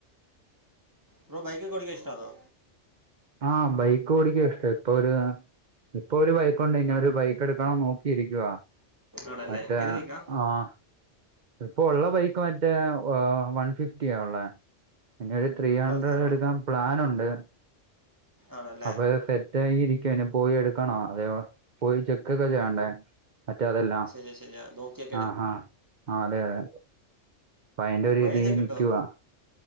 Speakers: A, on the right; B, on the right.
A: ബ്രോ ബൈക്ക് ഒക്കെ ഓടിക്കാൻ ഇഷ്ടാന്നൊ
B: ആഹ് ബൈക്ക് ഓടിക്ക ഇഷ്ടേ ഇപ്പൊ ഒര് അഹ് ഇപ്പൊ ഒരു ബൈക്ക്ണ്ട് ഇനി ഒരു ബൈക്ക് എടുക്കണം നോക്കിയിരിക്കുവ
A: ആണല്ലേ
B: മറ്റേ
A: ഏത് ബൈക്കാ
B: ആഹ് ഇപ്പൊ ഉള്ള ബൈക്ക് മറ്റേ വൺ ഫിഫ്റ്റിയ ഉള്ളേ ഇനിയൊരു ത്രീ ഹണ്ട്രഡ്ടെടുക്കാൻ
A: പൾസറോ
B: പ്ലാൻുണ്ട്
A: ആണല്ലേ
B: അപ്പൊ അത് സെറ്റായി ഇരിക്കുവ ഇനി പോയി എടുക്കണം അതേവാ പോയി ചെക്കൊക്കെ ചെയ്യണ്ടേ മറ്റേ അതെല്ലാം
A: ത് ശെരിയാ നോക്യ
B: ആഹ് ആഹ് ആഹ് അതെ അതെ അയിന്റെ ഒരു
A: മൈലേജൊക്കെ
B: രീതി നിക്കുവാ
A: കിട്ടോ